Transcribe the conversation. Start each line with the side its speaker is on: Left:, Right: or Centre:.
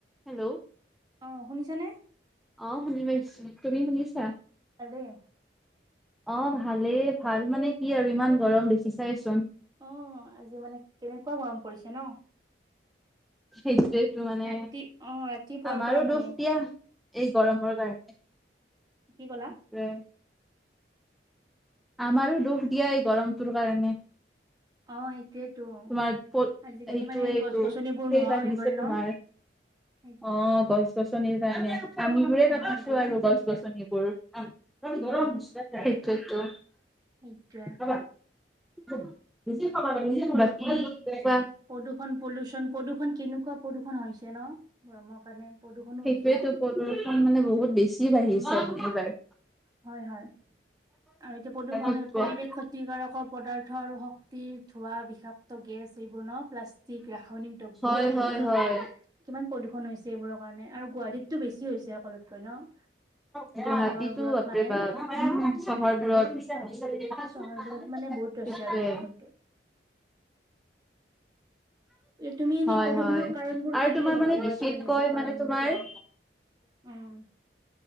Centre: Hello.
Right: অ', শুনিছনে?
Centre: অ', শুনি পাইছো, তুমি শুনিছা?
Right: ভালেই।
Centre: অ', ভালেই ভাল মানে কি আৰু ইমান গৰম দেখিচাইচোন।
Right: অ', আজি মানে কেনেকুৱা গৰম পৰিছে ন!
Centre: সেইটোয়েটো মানে
Right: ৰাতি অ ৰাতিপুৱাৰ
Centre: আমাৰো
Right: পৰা মানে
Centre: দুখ দিয়া এই গৰমৰ কাৰণে।
Right: কি ক'লা?
Centre: উম। আমাৰো দুখ দিয়া এই গৰমটোৰ কাৰণে।
Right: অ', সেইটোয়েতো,
Centre: তোমাৰ
Right: আজিকালি
Centre: এইটো
Right: মানে
Centre: এইটো
Right: গছ গছনিবোৰ
Centre: সেই
Right: নোহোৱাও
Centre: বাঢ়িছে
Right: হৈ গ'ল
Centre: তোমাৰ
Right: ন! সেইটোয়ে
Centre: অ', গছ গছনিৰ কাৰণে আমিবোৰে
Right: নোহোৱা
Centre: কাটিছো
Right: হৈ গ'ল
Centre: আৰু গছ গছনিবোৰ
Right: উম
Centre: গৰম সেইটোৱেটো।
Right: সেইটোৱে।
Centre: বাকী কোৱা?
Right: প্ৰদূষণ পলিউচন প্ৰদূষণ কেনেকুৱা প্ৰদুষণ হৈছে ন গৰমৰ কাৰণে। প্ৰদূষণো
Centre: সেইটোৱেটো
Right: হৈছে
Centre: প্ৰদূষণ মানে বহুত বেছিয়ে বাঢ়িছে
Right: উম
Centre: মানে এইবাৰ।
Right: হয়, হয়, আৰু এতিয়া প্ৰদূষণ
Centre: সেইটোৱে
Right: পৰিৱেশত ক্ষতি কাৰকৰ পদাৰ্থ আৰু শক্তি ধোৱা বিষাক্ত গেছ এইবোৰ ন প্লাষ্ট যি ৰাসায়নিক দ্ৰব্য
Centre: হয়
Right: শব্দ
Centre: হয় হয়
Right: কিমান প্ৰদূষণ হৈছে এইবোৰৰ কাৰণে আৰু গুৱাহাটীতটো বেছি হৈছে সকলোতকৈ ন!
Centre: গুৱাহাটীতো
Right: চহৰবোৰত
Centre: বাপৰে
Right: মানে
Centre: বাপ উম চহৰবোৰত।
Right: উম চহৰবোৰত মানে বহুত হৈছে
Centre: সেইটোৱে
Right: আৰু প্ৰদূষণ। এ তুমি এনেই
Centre: হয়,
Right: প্ৰদূষণৰ
Centre: হয়,
Right: কাৰণবোৰ
Centre: আৰু
Right: কি
Centre: তোমাৰ
Right: বুলি ভাবা
Centre: মানে বিশেষকৈ
Right: কোৱাচোন এনে প্ৰকাৰসমূহ
Centre: মানে তোমাৰ
Right: তুমি উম